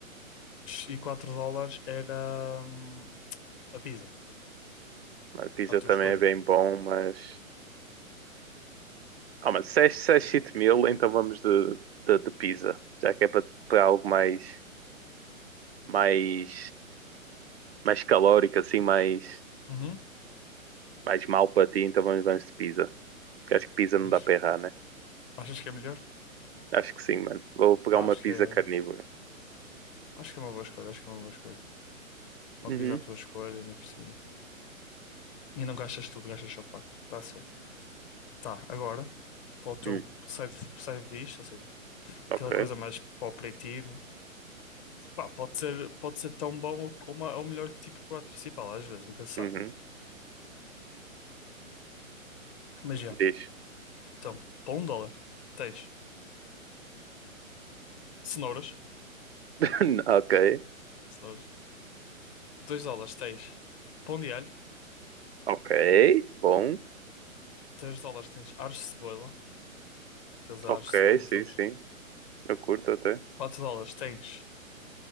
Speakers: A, on the left; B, on the right.
A: e 4 dólares era hum, a pizza,
B: Mano, pizza
A: à tua
B: também
A: escolha.
B: é bem bom, mas... Ah, mas 6 6 7 mil, então vamos de, de, de pizza. Já que é para para algo mais... Mais... Mais calórico, assim, mais...
A: Uhum.
B: Mais mal para ti, então vamos, vamos de pizza. Porque acho que pizza
A: Achas,
B: não dá para errar, né?
A: achas que é melhor?
B: Acho que sim, mano. Vou pegar
A: Pá,
B: uma
A: acho
B: pizza
A: que é,
B: carnívora.
A: acho que é uma boa escolha, acho que é uma boa escolha. Uma
B: Uhum.
A: pizza à tua escolha, ainda por cima. E não gastas tudo, gastas só quatro Tá certo. Tá, agora, para o teu
B: Hum,
A: side, side dish, ou seja,
B: ok.
A: aquela coisa mais para o aperitivo, pá, pode ser, pode ser tão bom ou, ou ma- ou melhor que tipo prato principal, às vezes, nunca se sabe,
B: Uhum.
A: né? Mas já,
B: Diz.
A: então, para um dólar, tens Cenouras.
B: <laughs> Ok.
A: Cenouras. 2 dólares tens pão de alho.
B: Ok. Bom.
A: três dólares tens aros de cebola. Aqueles aros
B: Ok,
A: de cebola,
B: sim,
A: sabes?
B: sim. Eu curto até.
A: quatro dólares tens